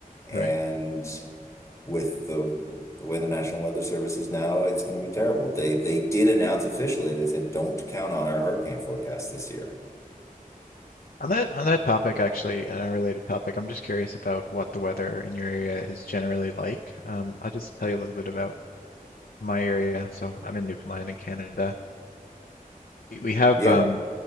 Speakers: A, on the left; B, on the left.
A: and
B: Right.
A: with the the way the National Weather Service is now, it's going to be terrible. They they did announce officially. They said, don't count on our hurricane forecast this year.
B: On that on that topic, actually, an unrelated topic, I'm just curious about what the weather in your area is generally like. Um, I'll just tell you a little bit about my area. So I'm in Newfoundland in Canada. We, we have
A: Yeah.
B: um,